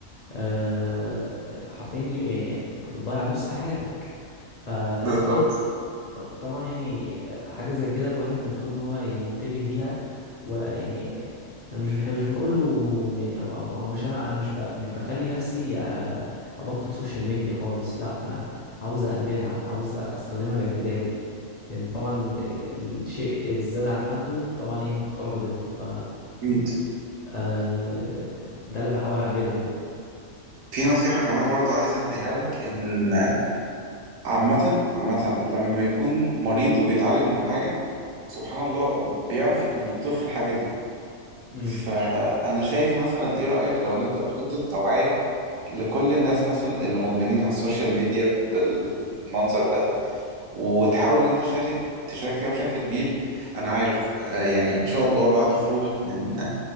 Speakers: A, on the left (about 75°); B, on the right (about 75°).
A: آه، حرفيا يعني انت بتضيع نص حياتك فطبعا
B: بالظبط
A: طبعا يعني حاجة زي كده الواحد المفروض ان هو ينتبه ليها ويعني انا مش احنا مش بنقول له يعني او او, أو مش انا انا مش ب مش بخلي نفسي آه، ابطل سوشيال ميديا خالص لا انا عاوز اقللها عاوز استخدمها باعتدال لان طبعا ال- ال- الشيء الزاد عن حده طبعا ايه انقلب ضده ف
B: اكيد
A: آه، ده اللي بحاول اعمله يعني
B: في نصيحة كمان برضو عايز اديها لك ان عامة عامة لما بيكون مريض وبيتعالج من حاجة سبحان الله بيعرف يكون دكتور في الحاجة دي
A: امم
B: فأنا شايف مثلا ايه رأيك لو نبدأ خطة توعية لكل الناس مثلا اللي مدمنين على السوشيال ميديا بالمنظر ده وتحاول ان انت تشارك تشارك فيها بشكل كبير انا عارف آه، يعني ان شاء الله بعد خروجك من